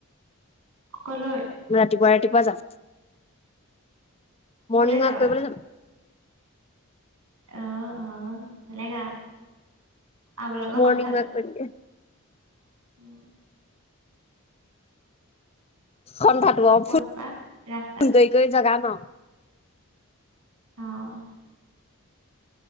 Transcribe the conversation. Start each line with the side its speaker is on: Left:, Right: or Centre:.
Right: কলৈ।
Left: ৰাতিপুৱা ৰাতিপুৱা যাম।
Right: ক'লৈ
Left: মৰ্ণিং ৱাক
Right: যাবা?
Left: কৰিবলৈ যাম।
Right: অ অ বেলেগ অ। আপোনালোকৰ
Left: মৰ্ণিং
Right: সন্থাটো।
Left: ৱাক
Right: উম
Left: কৰিম সন্ধাটো অ
Right: ক'ত
Left: ফ
Right: বা ৰাস্তাত
Left: কৰি কৰি জগাম অঁ
Right: অঁ